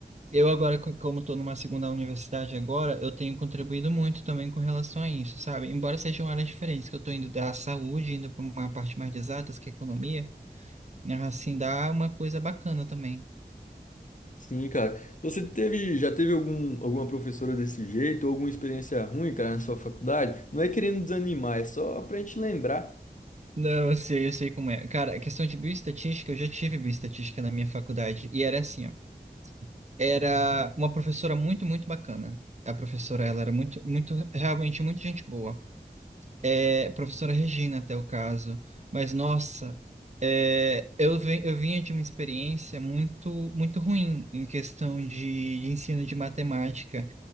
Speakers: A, on the right (about 45°); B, on the left (about 50°).
A: Eu agora, co- como estou numa segunda universidade agora, eu tenho contribuído muito também com relação a isso, sabe? Embora sejam áreas diferentes, que eu estou indo da saúde, indo para uma parte mais de exatas, que é economia, né? assim dá uma coisa bacana também.
B: Sim, cara. Você teve, já teve algum, alguma professora desse jeito, ou alguma experiência ruim, cara, na sua faculdade? Não é querendo desanimar, é só pra gente lembrar,
A: Não, eu sei, eu sei como é. Cara, a questão de bioestatística, eu já tive bioestatística na minha faculdade, e era assim, ó. Era uma professora muito, muito bacana. A professora, ela era muito, muito, realmente muito gente boa. É, professora Regina, até o caso. Mas, nossa, é, eu, vi- eu vinha de uma experiência muito, muito ruim em questão de, de ensino de matemática.